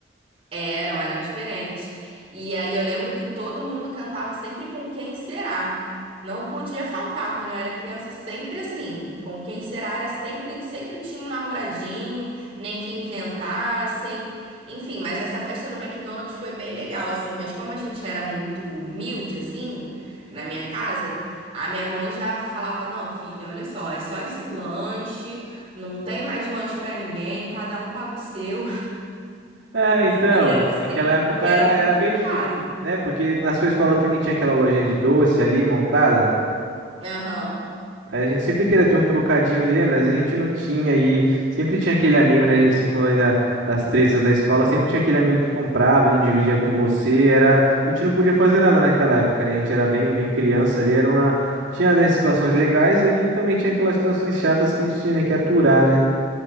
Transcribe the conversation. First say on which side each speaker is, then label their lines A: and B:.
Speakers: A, on the right (about 30°); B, on the right (about 80°).
A: Eram, eram diferentes. E aí eu lembro que todo mundo cantava sempre com quem será. Não podia faltar quando eu era criança, sempre assim. Com quem será era sempre, sempre tinha um namoradinho, nem que inventassem. Enfim, mas essa festa no McDonald's foi bem legal, assim. Mas como a gente era muito humilde, assim, na minha casa, a minha mãe já falava: Não, filha, olha só, é só esse lanche, não tem mais lanche pra ninguém, cada um paga o seu.
B: É, então,
A: E era assim,
B: naquela época
A: porque
B: era,
A: era muito
B: era bem difícil,
A: caro.
B: né, porque na sua escola também tinha aquela lojinha de doce ali montada.
A: Aham,
B: Aí a gente sempre queria ter um trocadinho ali, lembra? Às vezes a gente não tinha e sempre tinha aquele amigo, né? Você falou aí da- das tretas da escola, sempre tinha aquele amigo que comprava e não dividia com você. Era, a gente não podia fazer nada naquela época, né? A gente era bem, bem criança ali, era uma, tinha, né, situações legais e também tinha aquelas situações chatas que a gente tinha, né, que aturar, né?